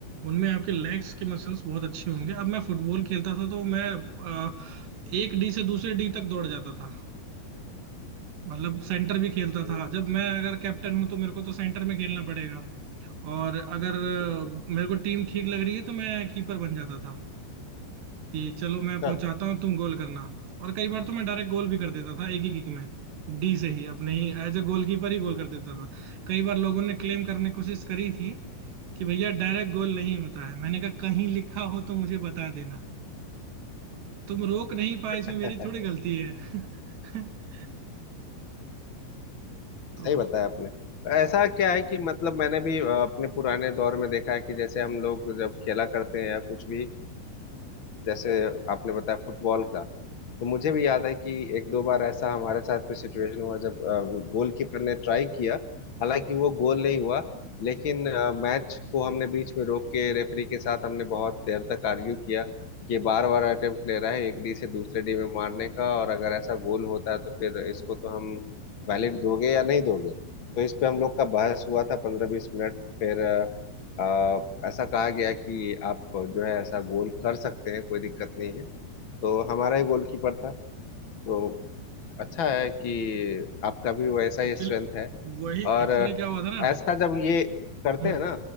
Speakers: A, on the right; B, on the left.
A: उनमें आपके लेग्स के मसल्स बहुत अच्छे होंगे अब मैं फुटबॉल खेलता था तो मैं अ, एक डी से दूसरे डी तक दौड़ जाता था मतलब सेंटर भी खेलता
B: हम्म,
A: था जब मैं अगर कैप्टन हूं तो मेरे को तो सेंटर में खेलना पड़ेगा और अगर अ,
B: बिल्कुल सही।
A: मेरे को टीम ठीक लग रही है तो मैं कीपर बन जाता था कि चलो मैं
B: अच्छा
A: पहुंचाता हूँ तुम गोल करना और कई बार तो मैं डायरेक्ट गोल भी कर देता था एक ही किक में डी से ही अपने ही एज ए गोलकीपर ही गोल कर देता था कई बार लोगों ने क्लेम करने की कोशिश करी थी कि भैया डायरेक्ट गोल नहीं होता है मैंने कहा कहीं लिखा हो तो मुझे बता देना तुम रोक नहीं पाए इसमें
B: हम्म।
A: मेरी थोड़ी गलती है <laughs>
B: सही
A: तो
B: बताया आपने तो ऐसा क्या है कि मतलब मैंने भी अ, अपने पुराने दौर में देखा है कि जैसे हम लोग जब खेला करते हैं या कुछ भी अ, जैसे आपने बताया फुटबॉल का तो मुझे भी याद है कि एक दो बार ऐसा हमारे साथ भी सिचुएशन हुआ जब गोलकीपर ने ट्राई किया हालांकि वो गोल नहीं हुआ लेकिन मैच को हमने बीच में रोक के रेफरी के साथ हमने बहुत देर तक आर्ग्यू किया कि बार बार अटेम्प्ट ले रहा है एक डी से दूसरे डी में मारने का और अगर ऐसा गोल होता है तो फिर इसको तो हम वैलिड दोगे या नहीं दोगे तो इस पे हम लोग का बहस हुआ था पंद्रह बीस मिनट फिर अ, अ, ऐसा कहा गया कि आप जो है ऐसा गोल कर सकते हैं कोई दिक्कत नहीं है तो हमारा ही गोलकीपर था तो अच्छा है कि आपका भी वैसा ही
A: एक्चुअली
B: स्ट्रेंथ है
A: वही
B: और
A: एक्चुअली क्या हुआ था ना
B: ऐसा जब ये करते
A: हम्म
B: हैं ना